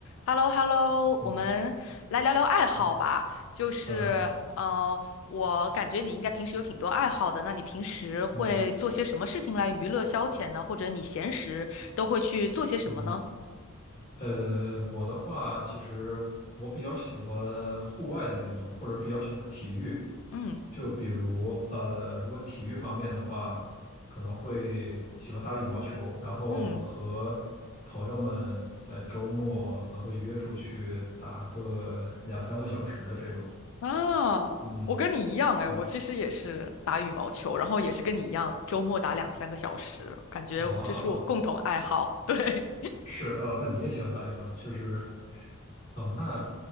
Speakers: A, on the left; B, on the left.
A: h e l l o h e l l o
B: 嗯
A: 我们来聊聊爱好吧。
B: 嗯
A: 就是，
B: 呃，好，
A: 呃，我感觉你应该平时有挺多爱好的。那你平时会做些什么事情来娱乐消遣呢？
B: 嗯
A: 或者你闲时都会去做些什么呢？
B: 嗯呃，我的话，其实我比较喜欢户外的运动，或者比较喜欢体育。
A: 嗯
B: 就比如呃，如果体育方面的话，可能会喜欢打羽毛球，然后和朋友们在周末可能会约出去打个两三个小时的这种。
A: 嗯啊，
B: 嗯，
A: 我跟你一样哎，
B: 然后
A: 我其实也是打羽毛球，然后也是跟你一样，周末打两三个小时，感觉这是我共同爱好。
B: 啊。哦
A: <laughs> 对
B: 是哦，那你也喜欢打羽毛，确实，哦，那